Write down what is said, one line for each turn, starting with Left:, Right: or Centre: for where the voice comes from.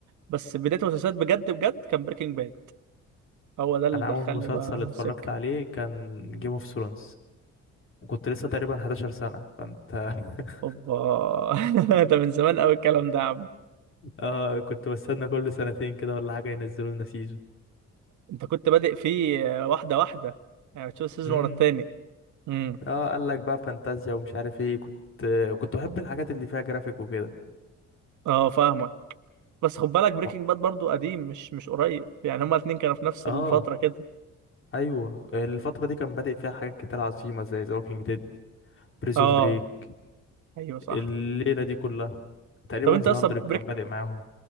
Right: بس بداية المسلسلات بجد بجد كان بريكنج باد هو ده اللي
Left: انا
Right: دخلني
Left: اول مسلسل
Right: بقى
Left: اتفرجت
Right: السكة
Left: عليه كان جيم اوف ثرونز وكنت لسه تقريبا 11 سنة فانت <laughs>
Right: اوبا <laughs> ده من زمان قوي الكلام ده يا عم
Left: اه كنت بستنى كل سنتين كده ولا حاجة ينزلوا لنا سيزون
Right: انت كنت بادئ فيه آه، واحدة واحدة يعني بتشوف السيزون
Left: امم
Right: ورا التاني امم
Left: اه قال لك بقى فانتازيا ومش عارف ايه كنت كنت بحب الحاجات اللي فيها جرافيك وكده
Right: اه فاهمك بس خد بالك بريكنج
Left: ما-
Right: باد برضو قديم مش مش قريب يعني هما الاتنين كانوا في نفس
Left: اه
Right: الفترة كده
Left: ايوه الفترة دي كان بادئ فيها حاجات كتير عظيمة زي ذا ووكينج ديد بريزون
Right: اه
Left: بريك
Right: ايوه صح
Left: الليلة دي كلها تقريبا
Right: طب انت
Left: ذا
Right: اصلا
Left: 100 كان بادئ معاهم